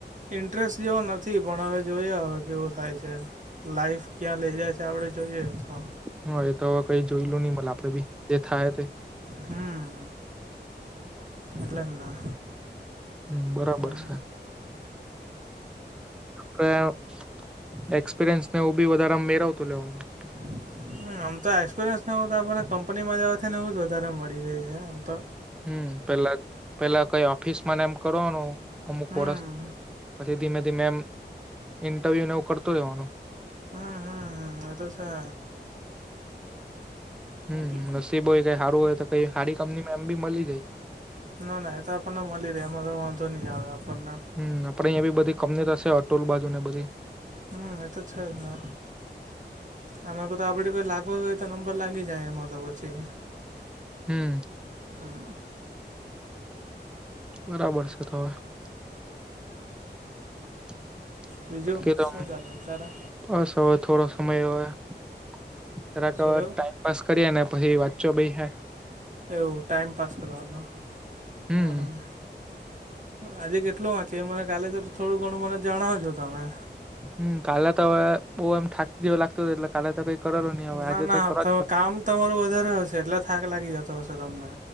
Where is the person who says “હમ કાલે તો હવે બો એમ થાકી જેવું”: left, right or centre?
Centre